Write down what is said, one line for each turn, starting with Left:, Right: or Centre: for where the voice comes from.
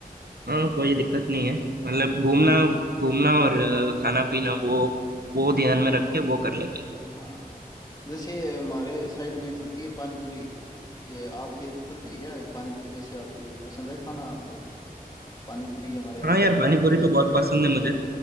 Right: हाँ कोई दिक्कत नहीं है मतलब घूमना
Left: हम्म
Right: घूमना और खाना पीना वो वो ध्यान में रख के वो कर लेंगे
Left: हाँ जैसे हमारे साइड में चलती है पानी पूरी ये आपके चलती है क्या ये पानी पूरी जैसे आपकी पसंद है खाना आपको पानी पूरी हमारे
Right: हाँ
Left: अलग
Right: यार
Left: अलग
Right: पानी
Left: नाम
Right: पूरी
Left: है इसके
Right: तो बहुत पसंद है मुझे